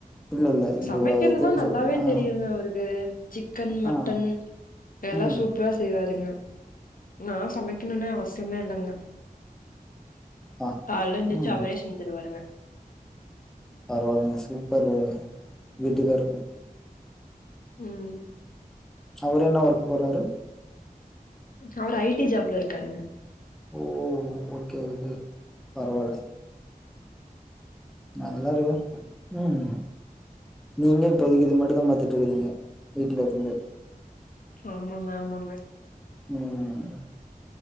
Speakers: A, in the centre; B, on the left.
A: இல்ல இல்ல இந்த
B: சமைக்கிறதுனா
A: வ இதுன்னு
B: நல்லாவே
A: சொல்ட்டு ஆ,
B: தெரியுங்க அவருக்கு சிக்கன் மட்டன்
A: ஆ,
B: எல்லா
A: ம்,
B: சூப்பரா செய்வாருங்க நா சமைக்கணுனே அவசியமே இல்லங்க
A: ஆ,
B: கால்ல எந்துருச்சி
A: ம்.
B: அவரே செஞ்சிருவாருங்க
A: பரவாலங்க சூப்பருங்க வீட்டுக்கார்
B: ம்
A: அவர் என்ன ஒர்க் போறாரு
B: அவர் ஐ டி ஜாப்ல இருக்காருங்க
A: ஓ ஓகே ஓகே பரவால நல்லாருங்க ம் நீங்க இப்போதைக்கு இது மட்டுந்தா பாத்துட்டுருக்றீங்க வீட்ல இருந்து
B: ஆமாங்க ஆமாங்க
A: ம்